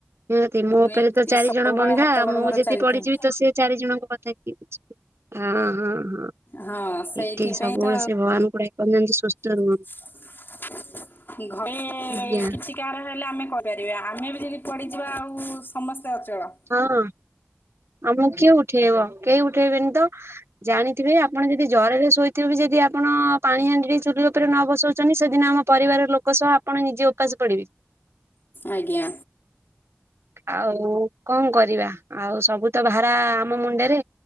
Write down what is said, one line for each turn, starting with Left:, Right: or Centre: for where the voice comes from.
Right: ନିହାତି ମୋ
Left: ଏମିତି
Right: ଉପରେ ତ ଚାରି
Left: ସବୁବେଳେ
Right: ଜଣ ବନ୍ଧା
Left: ହାତ ଗୋଡ
Right: ମୁଁ
Left: ମୋର
Right: ଯଦି
Left: ଚାଲିଥାଏ
Right: ପଡ଼ିଯିବି ତ ସେ ଚାରି ଜଣଙ୍କ କଥା କିଏ ବୁଝିବ? ହଁ ହଁ ହଁ
Left: ହଁ ସେଇଥିପାଇଁ
Right: ଠିକ୍ ଠିକ୍ ସବୁବେଳେ
Left: ତ
Right: ସେ ଭଗବାନଙ୍କୁ ଡାକନ୍ତୁ ଯେମିତି ସୁସ୍ଥ
Left: <unintelligible>
Right: ରୁହନ୍ତୁ।
Left: ଘରେ
Right: ଆଜ୍ଞା
Left: କିଛି କାହାର ହେଲେ ଆମେ କଣ କରିବା ଆମେ ବି <unintelligible> ପଡ଼ିଯିବା ଆଉ ସମସ୍ତେ ଅଚଳ।
Right: ହଁ ଆମକୁ କିଏ ଉଠେଇବ? କେହି ଉଠେଇବେନି ତ ଜାଣିଥିବେ ଆପଣ ଯଦି ଜରରେ ଶୋଇଥିବେ ଯଦି ଆପଣ ପାଣି ହାଣ୍ଡି ଚୁଲି ଉପରେ ନ ବସଉଛନ୍ତି ସେଦିନ ଆମ ପରିବାର ଲୋକ ସହ ଆପଣ ନିଜେ ଉପାସ ପଡିବେ।
Left: ଆଜ୍ଞା।
Right: ଆଉ କଣ କରିବା ଆଉ ସବୁ ତ ଭାରା ଆମ ମୁଣ୍ଡରେ